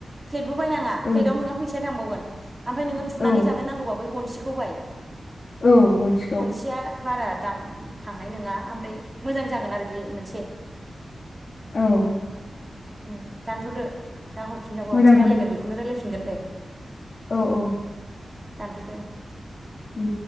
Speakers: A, on the right (about 20°); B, on the left (about 50°).
A: प्लेटबो बायनाङा
B: ओ
A: प्लेटआव नोंहा फैसा थांबावगोन आमफ्राय नोङो थुनानै
B: औ
A: जानो नांगौबा बै गनसेखौ बाय
B: औ गनसिखौ
A: गनसेया बारा दाम थांनाय नङा ओमफ्राय मोजां जागोन आरो बे मोनसे
B: औ
A: उम दानथ'दो दा हरफिनबा माबा
B: मोजांखौनो
A: मोनसे रायलायगोन बेखौनो रायलायफिनगोन दे
B: औ औ
A: दान्थदो ओं
B: उम